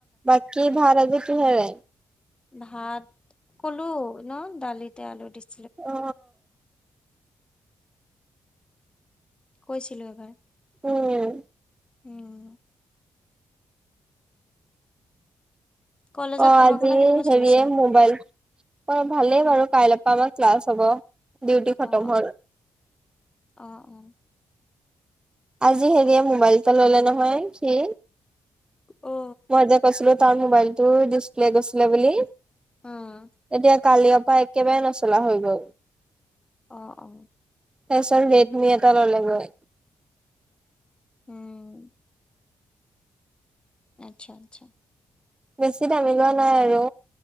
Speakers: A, on the right (about 20°); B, on the left (about 20°).
A: বাকী, ভাত আজি কিহেৰে?
B: ভাত, ক'লো ন দালিতে আলু দিছে।
A: অ।
B: কৈছিলো এবাৰ।
A: উম।
B: উম। কলেজত
A: অ,
B: পঢ়া
A: আজি
B: শুনা কেনেকুৱা
A: হেৰিয়ে
B: চলিছে
A: মোবাইল অ, ভালেই বাৰু, কাইলৰ পৰা আমাৰ ক্লাছ হ'ব। ডিউটি খতম
B: আহ,
A: হ'ল
B: অ, অ, অ।
A: আজি হেৰিয়ে মোবাইল এটা ল'লে নহয় সি।
B: অ।
A: মই যে কৈছিলো তাৰ মোবাইলটো ডিছপ্লে গৈছিলে বুলি,
B: উম
A: এতিয়া কালিৰ পৰা একেবাৰে নচলা হৈ গ'ল।
B: অ, অ।
A: তাৰপিছত ৰেডমি এটা ল'লে গৈ।
B: উম। আচ্ছা, আচ্ছা!
A: বেছি দামি লোৱা নাই আৰু।